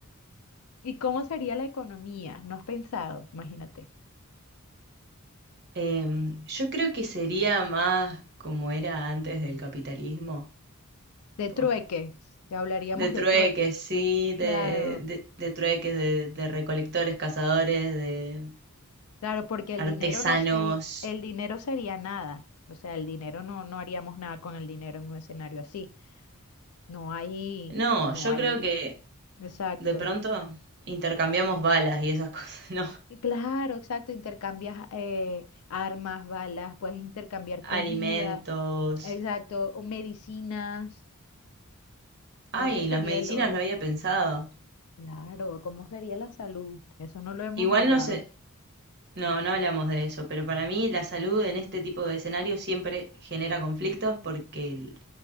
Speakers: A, on the left; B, on the right.
A: ¿Y cómo sería la economía? ¿No has pensado? Imagínate.
B: Em, yo creo que sería más como era antes del capitalismo,
A: De
B: po.
A: trueques, ya hablaríamos
B: De trueques,
A: de trueques.
B: sí,
A: Claro,
B: de, de, de trueques, de, de recolectores, cazadores, de
A: claro, porque el dinero
B: artesanos.
A: no, el, el dinero sería nada. O sea, el dinero no, no haríamos nada con el dinero en un escenario así. No hay,
B: No,
A: no
B: yo
A: hay,
B: creo que
A: exacto.
B: de pronto intercambiamos balas y esas cosas, <laughs> ¿no?
A: Y Claro, exacto, intercambias eh, armas, balas, puedes intercambiar comida,
B: Alimentos.
A: exacto, o medicinas,
B: Ay,
A: que eso sería
B: las medicinas
A: el oro.
B: no había pensado.
A: Claro, ¿cómo sería la salud? Eso no lo hemos
B: Igual
A: hablado.
B: no sé. No, no hablamos de eso, pero para mí la salud en este tipo de escenarios siempre genera conflictos porque, el-